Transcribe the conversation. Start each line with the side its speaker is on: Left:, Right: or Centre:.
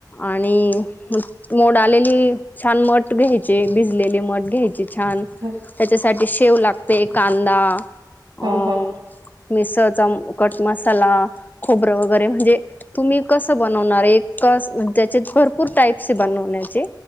Left: आणि मोड आलेली छान मठ घ्यायचे भिजलेले मठ घ्यायचे छान
Right: हम्म
Left: त्याच्या साठी <unintelligible> लागतंय कांदा.
Right: हम्म
Left: अ
Right: हम्म.
Left: मिसळचा अ कटमसाला खोबरं वगैरे म्हणजे तुम्ही कसं बनवणार एक कस म्ह त्याचे भरपूर टाईप्सय बनवण्याचे.